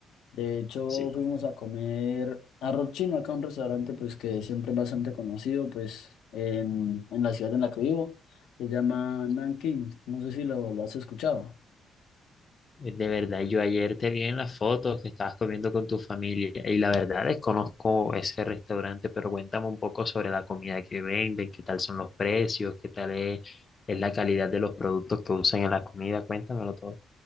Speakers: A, on the left (about 80°); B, on the left (about 35°).
A: De hecho,
B: Sí,
A: fuimos a comer arroz chino acá un restaurante, pues, que siempre es bastante conocido, pues, en, en la ciudad en la que vivo. Se llama Nanking. No sé si lo, lo has escuchado.
B: de verdad, yo ayer te vi en las fotos que estabas comiendo con tu familia y la verdad desconozco ese restaurante, pero cuéntame un poco sobre la comida que venden, qué tal son los precios, qué tal es, es la calidad de los productos que usan en la comida, cuéntamelo todo.